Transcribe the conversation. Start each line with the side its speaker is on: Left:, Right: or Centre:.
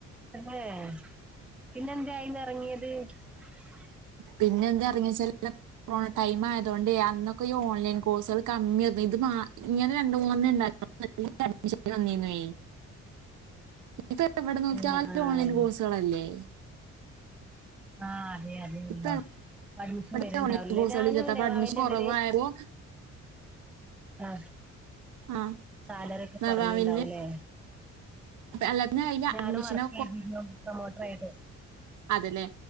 Centre: തന്നെ പിന്നെന്തേ അയിന്ന് എർങ്ങിയത് <inaudible>
Right: പിന്നെ എന്തേ എർങ്ങി വെച്ചാല് കൊറോണ ടൈമ് ആയതു കൊണ്ടെ അന്നൊക്കെ ഈ ഓൺലൈൻ കോഴ്സള് കമ്മി വന്ന് ഇത്പ്പ ആ ഇങ്ങനെ രണ്ട് മൂന്നണ്ണണ്ടാ <unintelligible> അഡ്മിൻ വന്നീന്നയ് ഇപ്പൊ എവിടെ നോക്കിയാലും
Centre: ആ ആ
Right: ഓൺലൈൻ കോഴ്സുകളല്ലേ
Centre: ആ അതെ അതെയല്ലോ
Right: ഇപ്പൊ
Centre: ഇപ്പ അഡ്മിഷം
Right: എവിടെ
Centre: വര്ണ്ടാവൂലെ
Right: ഓൺലൈൻ കോഴ്സുകൾ
Centre: ഞാനും
Right: ഇല്ലാത്ത അപ്പൊ
Centre: നെവാവിന്റെ
Right: അഡ്മിഷൻ കുറവായപ്പോ
Centre: ഇതില് ആ
Right: ആ
Centre: സാലറി ഒക്ക
Right: നവാവില്
Centre: കൊർഞ്ഞി ണ്ടാവൂലേ
Right: അല്ലാതെ അതിന്
Centre: ഞാനും
Right: അഡ്മിഷന്
Centre: വർക്ക് ചെയ്തിരുന്നു പ്രൊമോട്ടർ ആയിട്ട്
Right: അതെ ലെ